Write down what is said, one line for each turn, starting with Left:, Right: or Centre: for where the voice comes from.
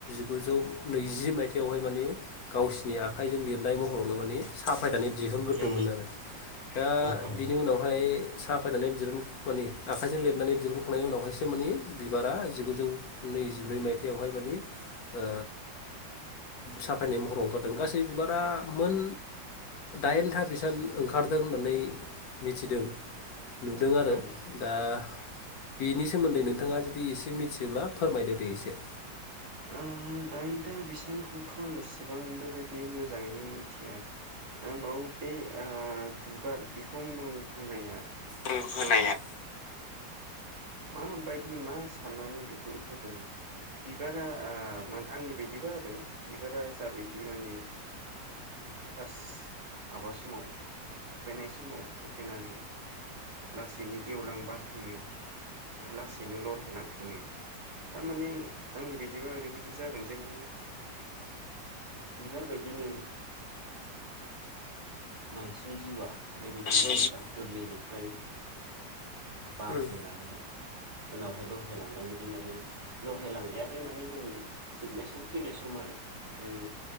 Left: गुजौ नैजि मायथाइावहाय माने गावसिनि आखाइजों लिरनाय महरावनो माने साफायनानै दिहुन ग्रोदोंमोन
Right: औ
Left: आरो
Right: औ
Left: दा उनावहाय साफायनानै दिहुनगौ मानि आखाइजों लिरनानै दिहुनखांनायनि उनावहायसो मानि बिबारा जिगुजौ नैजिब्रै मायथाइयावहाय मान ओ साफायनाय महराव ओंखारदों गासै बिबारा मोन दाइनथा बेसबां ओंखारदों होननानै मिथिदों नुदों आरो
Right: औ औ
Left: दा बेनि सोमोन्दै नोंथाङा जुदि एसे मिथियोब्ला फोरमायदो दे एसे
Right: ओम दाइनथा बिसानखौथ' आं इसेबां बेबायदि मोजाङैनो मिथिया <unintelligible> बे ओ बिबार बिखुं मुं होनाया
Left: मुं होनाया
Right: ओ माबायदि मा साननानै बेखौ होदों बिबारा ओ आंनि बायदिबा आरो बिबारा जाबायदि माने फार्स्ट माबा समाव थफेनाय समाव थफेनानै लासैनो गेवलां बारफैयो लासैनो लरहायलांफिनो थारमाने आंनि बायदिबा ओरैबायदि जागोन जे माने बिबार बादिनो मानसिनि जिउआ बेबायदिनो
Left: स्निजि
Right: जेनेबा गोरलैनि फ्राइ बारबोनानै
Left: उम
Right: उनावहाय लह्रायलांनाय बायदि माने लह्रायलांनाया बे माने जोंनि जोबनाय सम थैनाय सम आरो ओमफ्राय